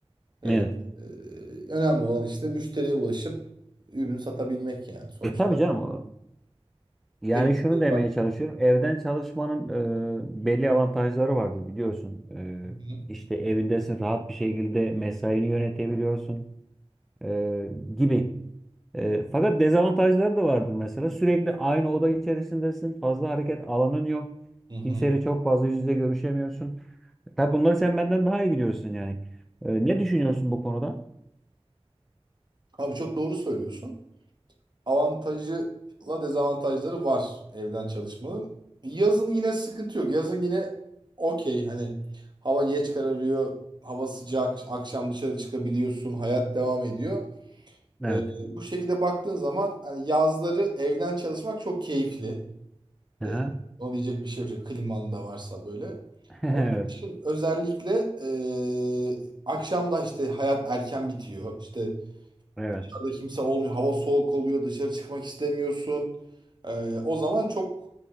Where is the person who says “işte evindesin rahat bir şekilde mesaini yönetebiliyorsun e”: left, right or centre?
Centre